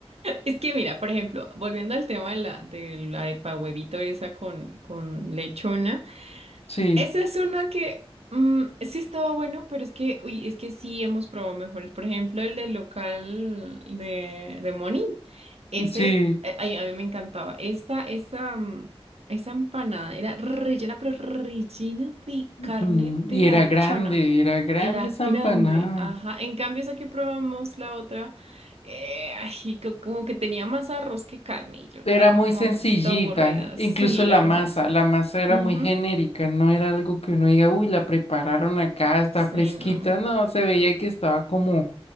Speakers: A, on the right; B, on the left.
A: Es que mira, por ejemplo, volviendo al tema de la, de la arepa huevito esa con, con lechona.
B: sí,
A: Esa es una que mm, sí estaba bueno, pero es que, uy, es que sí hemos probado mejores. Por ejemplo, el del local de, de Moni. Ese,
B: sí.
A: eh, ay, a mí me encantaba. Esa, esa, mm, esa empanada era rellena, pero rellena de carne
B: Mm,
A: de
B: Y
A: la
B: era
A: lechona.
B: grande, era grande
A: Era
B: esa
A: grande,
B: empanada.
A: ajá. En cambio, esa que probamos, la otra, eh, ay, co- como que tenía más arroz que carne. Y yo
B: Era
A: quedé
B: muy
A: como
B: sencillita,
A: un poquito aburrida.
B: incluso
A: Sí,
B: la
A: la verdad,
B: masa,
A: sí.
B: la masa era
A: Ujú.
B: muy genérica, no era algo que uno diga, uy, la prepararon acá, está
A: Sí,
B: fresquita,
A: no.
B: no, se veía que estaba como